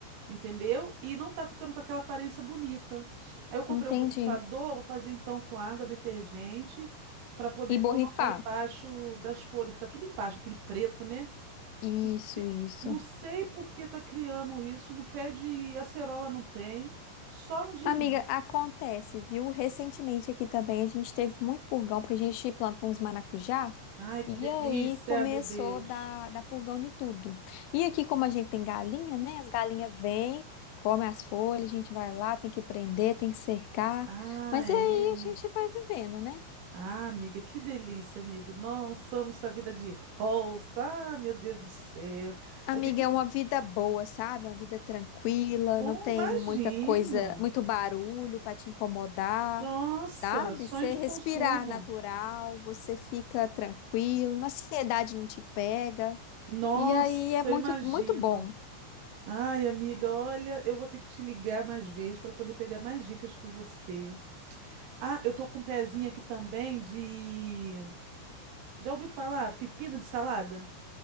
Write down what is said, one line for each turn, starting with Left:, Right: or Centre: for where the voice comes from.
Right: entendeu? E não tá ficando com aquela aparência bonita. Aí eu comprei
Left: Entendi.
Right: o borrifador, vou fazer então com água, detergente, para poder
Left: E
Right: colocar
Left: borrifar.
Right: embaixo das folhas, que tá tudo embaixo, aquele preto, né?
Left: Isso,
Right: Não sei,
Left: isso.
Right: não sei por que tá criando isso, no pé de acerola não tem, só no de
Left: Amiga,
Right: limão.
Left: acontece, viu? Recentemente aqui também a gente teve muito purgão, porque a gente plantou uns maracujá
Right: Ai, que
Left: e
Right: delícia,
Left: aí começou
Right: meu Deus.
Left: a dar, dar purgão em tudo. E aqui, como a gente tem galinha, né? As galinhas vêm, comem as folhas, a gente vai lá, tem que prender, tem que cercar.
Right: Ah,
Left: Mas
Right: é.
Left: aí a gente vai vivendo, né?
Right: Ah, amiga, que delícia, amiga. Nossa, amo essa vida de roça. Ah, meu Deus do céu.
Left: Amiga,
Right: Eu tenho que
Left: é uma vida boa, sabe? Uma vida tranquila,
Right: Com,
Left: não tem
Right: imagino.
Left: muita coisa, muito barulho para te incomodar,
Right: Nossa,
Left: sabe?
Right: sonho
Left: Você
Right: de
Left: respirar
Right: consumo.
Left: natural, você fica tranquilo, a ansiedade não te pega.
Right: Nossa,
Left: E aí é muito,
Right: eu imagino.
Left: muito bom.
Right: Ai, amiga, olha, eu vou ter que te ligar mais vezes para poder pegar mais dicas com você. Ah, eu tô com um pezinho aqui também de. Já ouviu falar pepino de salada?